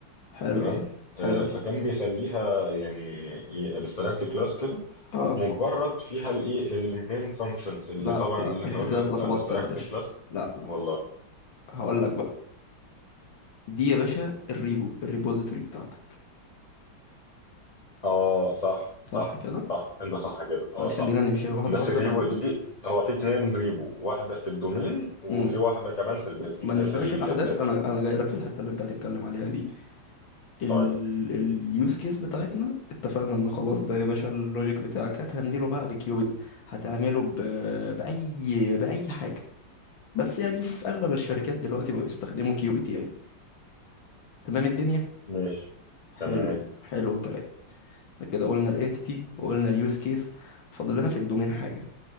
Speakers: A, on the left; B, on the left.
A: حلو
B: تمام آه،
A: حلو
B: فكان بيخليها يعني ابستراكت كلاس كده
A: اه
B: مجرد فيها الايه المين فانكشنز اللي
A: لا
B: طبعا
A: لا
B: اللي احنا
A: انت
B: قلنا
A: كده اتلخبطت
B: ابستراكت
A: يا باشا
B: كلاس
A: لا لا
B: والله
A: هقول لك بقى دي يا باشا الريبو الريبوزيتوري بتاعتك
B: اه صح
A: صح
B: صح
A: كده
B: صح انت صح كده اه
A: فخلينا
B: صح
A: نمشي واحده
B: بس
A: واحده
B: ريبو
A: ما ن...
B: دي هو في اتنين ريبو واحدة في الدومين وفي
A: مم.
B: واحدة كمان في البيزن
A: ما
B: آه،
A: نسبقش
B: في الداتا
A: الاحداث انا انا جاي لك في الحته اللي انت هتتكلم عليها دي ال...
B: طيب
A: اليوز كيس بتاعتنا اتفقنا ان خلاص ده يا باشا اللوجيك بتاعك هتهندله بقى بكيوبيت هتعمله ب... باي باي حاجه بس يعني في اغلب الشركات دلوقتي بقوا يستخدموا كيوبيت يعني تمام الدنيا
B: ماشي
A: حلو
B: تمام
A: حلو الكلام كده قلنا الانتيتي وقلنا اليوز كيس فاضل لنا في الدومين حاجه